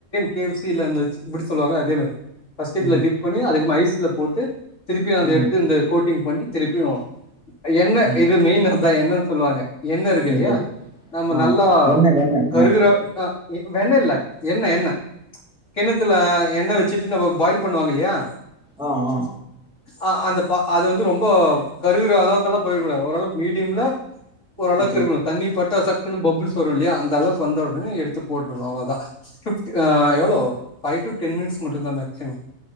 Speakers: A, on the left; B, in the centre.
A: கே எப் சி ல அந்தச் இப்டி சொல்லுவாங்க அதே மாரி ஃபஸ்ட்டு இதுல
B: ம்
A: டிப் பண்ணி அதுக்கப்ம் ஐஸ்ல போட்டு திருப்பியு அத
B: ம்
A: எடுத்து இந்த கோட்டிங் பண்ணி திருப்பியு எண்ண
B: ம்
A: இது மெயின் அத்தா எண்ண சொல்லுவாங்க. எண்ண இருக்கு இல்லியா
B: ஓகே
A: நம்ம
B: ஆ
A: நல்லா
B: வெண்ணெ வெண்ணெ
A: கருகுற
B: ஆ
A: அ எ வெண்ண இல்ல எண்ண எண்ண. ம்ச் கிணத்துல எண்ணெய் வச்சுட்டு நம்ம பாயில் பண்ணுவாங்க இல்லையா
B: ஆ ஆ
A: அ அந்த ப அது வந்து ரொம்போ கருகுற அளவுக்கெல்லா போயிற கூடாது ஒரளவுக் மீடியம்ல ஒரு அளவுக்கு
B: ஓகே
A: இருக்கணு தண்ணிப்பட்டா சக்குன்னு பபுள்ஸ் வருல்லியா அந்தளவுக்கு வந்த உடனே எடுத் த்து போட்ருனு அவ்ளதா ஃபிஃப்த் அ எவ்ளோ ஃபை டு டென் மினிட்ஸ் மட்டுந்தா மேக்ஸிமம்.